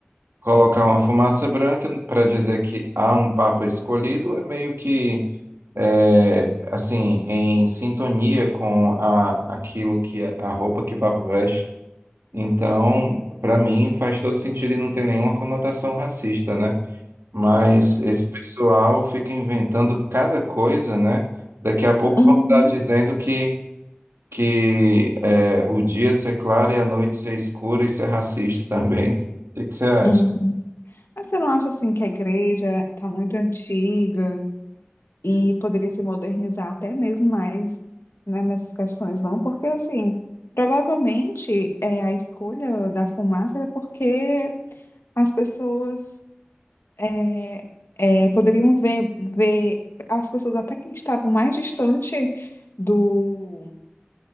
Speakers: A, on the right; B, on the left.
A: colocar uma fumaça branca para dizer que há um papa escolhido é meio que é, assim em sintonia com a, aquilo que é, a roupa que o papa veste. Então, para mim faz todo sentido e não tem nenhuma conotação racista, né? Mas esse pessoal fica inventando cada coisa, né? Daqui a pouco
B: Uhum,
A: vão estar dizendo que que é, o dia ser claro e a noite ser escura, isso é racista também. <laughs> O que que você acha?
B: uhum. Mas você não acha, assim, que a igreja tá muito antiga? e poderia se modernizar até mesmo mais, né, nessas questões, não? Porque, assim, provavelmente é, a escolha da fumaça era porque as pessoas é, é, poderiam ver, ver as pessoas até que estavam mais distante do,